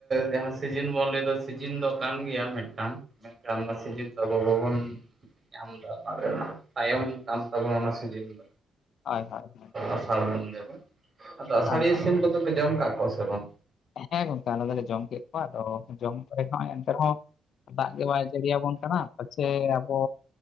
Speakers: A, on the right (about 25°); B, on the left (about 55°).
A: ᱡᱟᱦᱟᱸ ᱥᱤᱡᱤᱱ ᱵᱚᱱ ᱞᱟᱹᱭᱫᱟ ᱥᱤᱡᱤᱱ ᱫᱚ ᱠᱟᱱ ᱜᱮᱭᱟ ᱢᱤᱫᱴᱟᱝ ᱢᱮᱱᱠᱷᱟᱱ ᱚᱱᱟ ᱥᱤᱡᱤᱱ ᱟᱵᱚ ᱵᱟᱵᱚᱱ ᱧᱟᱢ ᱮᱫᱟ ᱚᱱᱟ ᱛᱟᱭᱚᱢ ᱠᱟᱱ ᱛᱟᱵᱚᱱᱟ ᱚᱱᱟ <unintelligible> ᱫᱚ
B: ᱦᱳᱭ ᱦᱳᱭ ᱦᱳᱭ᱾
A: ᱟᱥᱟᱲ <unintelligible> ᱟᱫᱚ ᱟᱥᱟᱲᱤᱭᱟᱹ
B: ᱦᱮᱸ
A: ᱥᱤᱢ ᱫᱚ ᱫᱚᱯᱮ ᱡᱚᱢ ᱠᱟᱜ ᱠᱚᱣᱟ ᱥᱮ ᱵᱟᱝ
B: ᱦᱮᱸ ᱜᱚᱝᱠᱮ ᱟᱞᱮ ᱫᱚᱞᱮ ᱡᱚᱢ ᱠᱮᱫ ᱠᱚᱣᱟ ᱟᱫᱚ ᱡᱚᱢ ᱯᱚᱨᱮ <inaudible> ᱮᱱᱛᱮ ᱨᱮᱦᱚᱸ ᱫᱟᱜ ᱜᱮ ᱵᱟᱭ ᱡᱟᱹᱲᱤᱭᱟᱵᱚᱱ ᱠᱟᱱᱟ ᱯᱟᱪᱷᱮ ᱟᱵᱚ